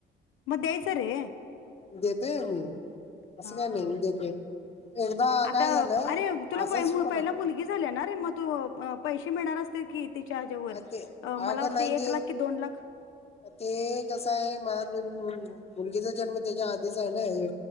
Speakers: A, on the left; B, on the left.
A: मग द्यायचं रे
B: देतय आम्ही. असं
A: हा
B: काय नाहीे <unintelligible> एकदा
A: आता
B: काय झालं
A: अरे तुला
B: असाच
A: प
B: फोन
A: पहिला मुलगी झाल्या ना रे मग तू पैसे मिळणार असते की तिच्या ह्याच्यावर
B: ते
A: मला
B: अगं
A: वाटत
B: नाही
A: एक
B: ते
A: लाख की दोन लाख?
B: ते कसं आहे मला मुलगीचा जन्म त्याच्या आधीच आहे ना हे.